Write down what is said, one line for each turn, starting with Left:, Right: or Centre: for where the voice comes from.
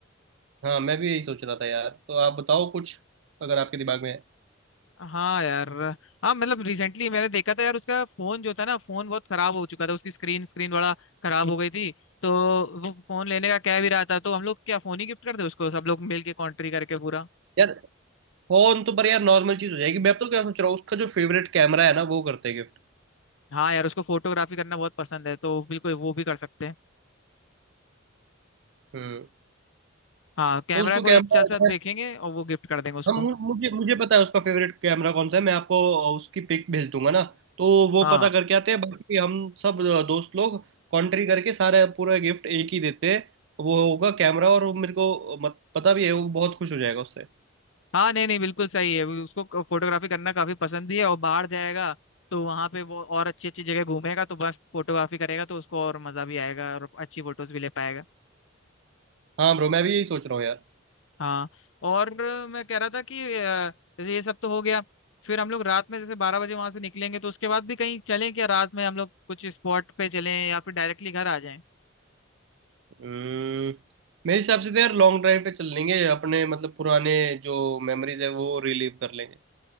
Right: हाँ मैं भी यही सोच रहा था यार तो आप बताओ कुछ अगर आपके दिमाग में है
Left: हाँ यार हाँ मतलब रिसेंटली मैंने देखा था यार उसका फोन जो था ना फोन बहुत खराब हो चुका था उसकी स्क्रीन स्क्रीन बड़ा खराब हो गई थी तो वो फोन लेने का कह भी रहा था तो हम लोग क्या फोन ही गिफ्ट कर दे उसको सब लोग मिल के कॉन्ट्री करके पूरा
Right: यार फोन तो पर यार नॉर्मल चीज़ हो जाएगी मैं तो क्या सोच रहा हूँ उसका जो फेवरेट कैमरा है ना वो करते हैं गिफ्ट
Left: हाँ यार उसको फोटोग्राफी करना बहुत पसंद है तो बिल्कुल वो भी कर सकते हैं
Right: हम्म
Left: हाँ कैमरा
Right: तो उसको
Left: कोई
Right: कैमरा
Left: अच्छा सा
Right: अच्छा
Left: देखेंगे और वो गिफ्ट कर देंगे उसको
Right: हम मुझे मुझे पता है उसका फेवरेट कैमरा कौन सा है मैं आपको उसकी पिक भेज दूंगा ना तो वो
Left: हाँ
Right: पता करके आते हैं बाकी हम सब दोस्त लोग कॉन्ट्री करके सारा पूरा गिफ्ट एक ही देते हैं वो होगा कैमरा और वो मेरे को मत पता भी है वो बहुत खुश हो जाएगा उससे
Left: हाँ नहीं नहीं बिल्कुल सही है उसको फोटोग्राफी करना काफी पसंद भी है और बाहर जाएगा तो वहां पे वो और अच्छी अच्छी जगह घूमेगा तो बस फोटोग्राफी करेगा तो उसको और मजा भी आएगा और अच्छी फोटोज भी ले पाएगा
Right: हाँ ब्रो मैं भी यही सोच रहा हूँ यार
Left: हाँ और मैं कह रहा था कि अ, जैसे ये सब तो हो गया फिर हम लोग रात में जैसे बारह बजे वहां से निकलेंगे तो उसके बाद भी कहीं चलें क्या रात में हम लोग कुछ स्पॉट पे चलें या फिर डायरेक्टली घर आ जाएं
Right: हम्म, मेरे हिसाब से तो यार लॉन्ग ड्राइव पे चल लेंगे अपने मतलब पुराने जो मेमोरीज है वो रिलीव कर लेंगे